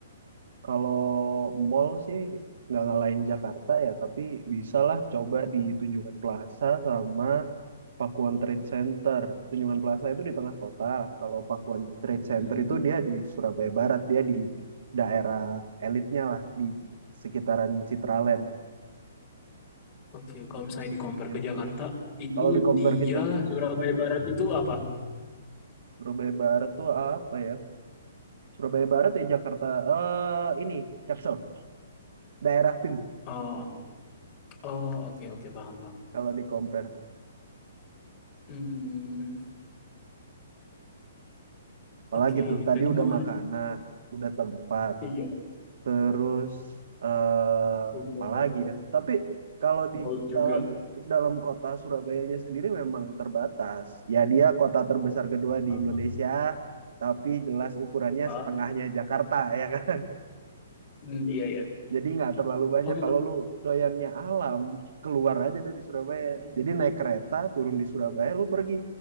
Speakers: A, on the right (about 70°); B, on the left (about 35°).
A: Kalau mall sih nggak ngalahin Jakarta ya, tapi bisalah coba di Tunjungan Plaza sama Pakuan Trade Center. Tunjungan Plaza itu di tengah kota. Kalau Pakuan Trade Center
B: Mhm,
A: itu dia di Surabaya Barat, dia di daerah elitnya lah, di sekitaran Citraland
B: oke kalau misalnya di-compare
A: gitu.
B: ke Jakarta, itu
A: Kalau di compare
B: dia
A: ke Jakarta,
B: Surabaya Barat itu apa?
A: Surabaya Barat tuh apa ya? Surabaya Barat ya Jakarta. Eh ini Jaksel, daerah PIM
B: Oh oh oke oke paham paham.
A: kalau di compare.
B: Mmm,
A: Apalagi
B: oke
A: tuh tadi
B: tadi
A: udah
B: makanan
A: makanan, udah tempat,
B: iya
A: terus eh
B: udah
A: apalagi ya. Tapi kalau di
B: mau juga
A: dalam dalam kota Surabayanya sendiri memang terbatas. Ya dia kota terbesar kedua di
B: sama
A: Indonesia, tapi jelas ukurannya
B: heeh,
A: setengahnya Jakarta ya kan.
B: mmm, iya iya.
A: Jadi nggak terlalu banyak.
B: Oke
A: Kalau
B: Kak,
A: lu doyannya alam, keluar aja dari Surabaya.
B: mhm,
A: Jadi naik kereta, turun di Surabaya, lu pergi.